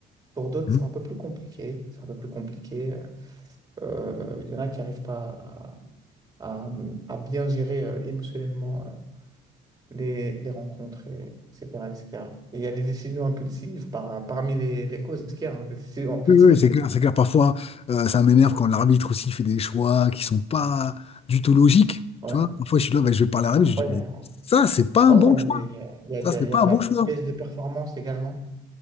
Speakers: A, on the right (about 20°); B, on the left (about 35°).
A: Pour d'autres,
B: Mmh.
A: c'est un peu plus compliqué. C'est un peu plus compliqué. Euh, euh, Il y en a qui n'arrivent pas à, à- à bien gérer euh, émotionnellement euh, les, les rencontres, et- etc., etc. Et il y a des décisions impulsives par- parmi les, les causes qu'il y a, hein, des décisions impulsives.
B: Oui, oui, c'est clair, c'est clair. Parfois, euh, ça m'énerve quand l'arbitre aussi fait des choix qui sont pas du tout logiques.
A: Ouais.
B: Tu vois, parfois, je suis là, ben, je vais parler à l'arbitre,
A: Parfois,
B: je dis,
A: il
B: mais
A: y a,
B: ça, c'est pas un
A: ouais,
B: bon
A: ouais, non,
B: choix.
A: mais il y a, il y a de
B: Ça, c'est
A: il y
B: pas
A: a de
B: un
A: la
B: bon choix.
A: baisse de performance également,